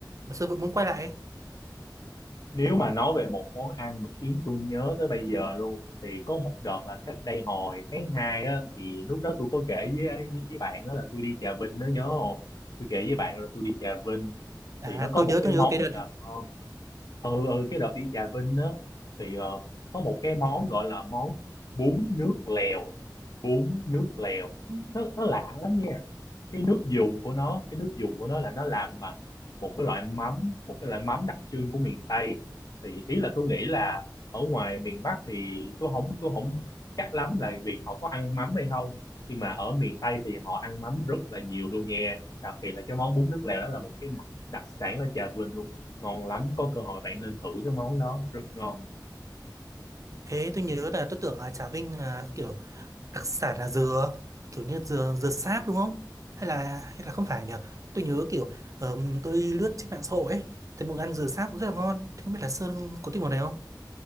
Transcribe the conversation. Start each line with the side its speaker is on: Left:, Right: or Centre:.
Right: Mà Sơn vẫn muốn quay lại ấy.
Left: Nếu mà nói về một món ăn mà khiến tôi nhớ tới bây giờ luôn thì có một đợt là cách đây hồi tháng 2 á thì lúc đó tôi có kể với với bạn đó là tôi đi Trà Vinh đó nhớ không? Tôi kể với bạn là tôi đi Trà Vinh
Right: À,
Left: thì nó có
Right: tôi
Left: một
Right: nhớ,
Left: cái
Right: tôi nhớ
Left: món
Right: cái
Left: rất
Right: đợt
Left: là ngon. Ừ ừ cái đợt đi Trà Vinh á thì ờ, có một cái món gọi là món bún nước lèo, bún nước lèo.
Right: Ừ.
Left: Nó nó lạ lắm nha cái nước dùng của nó cái nước dùng của nó là nó làm bằng một cái loại mắm một cái loại mắm đặc trưng của miền Tây thì ý là tôi nghĩ là ở ngoài miền Bắc thì tôi không tôi không chắc lắm là việc họ có ăn mắm hay không nhưng mà ở miền Tây thì họ ăn mắm rất là nhiều luôn nha đặc biệt là cái món bún nước lèo đó là một cái đặc, đặc sản ở Trà Vinh luôn ngon lắm có cơ hội bạn nên thử cái món đó rất ngon
Right: Thế tôi nhớ là tôi tưởng ở Trà Vinh là kiểu đặc sản là dừa, kiểu như dừa dừa sáp đúng không? Hay là hay là không phải nhỉ? Tôi nhớ kiểu ờm, tôi lướt trên mạng xã hội ấy, thấy mọi người ăn dừa sáp cũng rất là ngon. Thế không biết là Sơn có thích món này không?